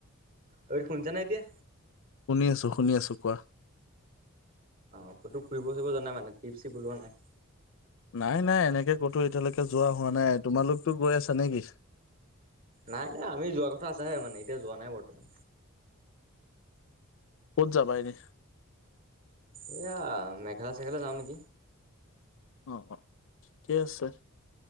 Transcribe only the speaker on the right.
ঐ শুনিছা নে এতিয়া
অ কতো ফুৰিব চুৰিব জোৱা নাই মানে টিপ চিপ ওলোৱা নাই?
নাই নাই আমি যোৱা কথা আছেহে মানে এতিয়ালৈকে যোৱা নাই বৰ্তমান
এইয়া মেঘালয় চেঘালয় যাও নেকি।